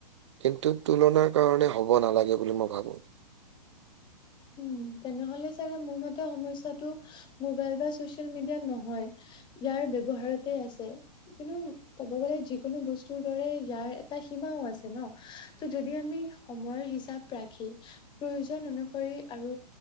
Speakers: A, on the right; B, on the left.
A: কিন্তু তুলনাৰ কাৰণে হ'ব নালাগে বুলি মই ভাবো।
B: উম, তেনেহ'লে চাগে মোৰ মতে সমস্যা মোবাইল বা চচিয়েল মিডিয়াত নহয়। ইয়াৰ ব্যৱহাৰতে আছে কিন্তু ক'ব গ'লে যিকোনো বস্তুৰ দৰে ইয়াৰ এটা সীমাও আছে ন' ত' যদি আমি সময়ৰ হিচাপ ৰাখি, প্ৰয়োজন অনুসৰি আৰু